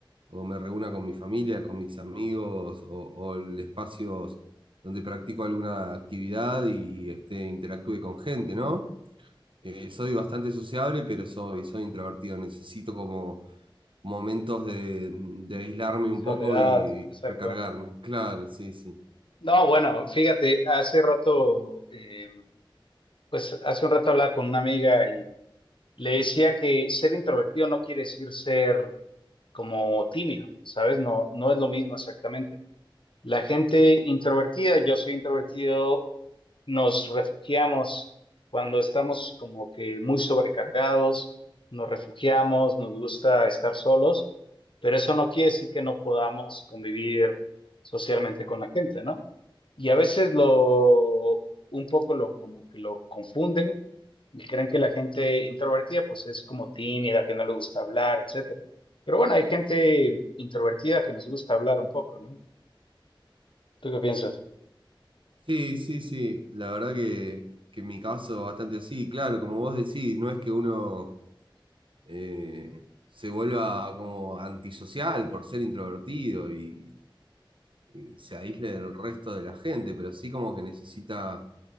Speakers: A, on the right; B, on the left.
A: o me reúna con mi familia, con mis amigos o, o el espacios donde practico alguna actividad y este, interactúe con gente, ¿no? Eh, soy bastante sociable, pero soy, soy introvertido. Necesito como momentos de, de aislarme un
B: Soledad,
A: poco y
B: exacto.
A: recargarme. Claro, sí, sí.
B: No, bueno, fíjate, hace rato, eh, pues hace un rato hablaba con una amiga y le decía que ser introvertido no quiere decir ser como tímido, ¿sabes? No, no es lo mismo exactamente. La gente introvertida, yo soy introvertido, nos refugiamos cuando estamos como que muy sobrecargados, nos refugiamos, nos gusta estar solos, pero eso no quiere decir que no podamos convivir socialmente con la gente, ¿no? Y a veces lo, un poco lo, como que lo confunden y creen que la gente introvertida pues es como tímida, que no le gusta hablar, etcétera. Pero bueno, hay gente introvertida que nos gusta hablar un poco, ¿no? ¿Tú qué piensas?
A: Sí, sí, sí, la verdad que, que en mi caso bastante así, claro, como vos decís, no es que uno eh, se vuelva como antisocial por ser introvertido y, y se aísle del resto de la gente, pero sí como que necesita,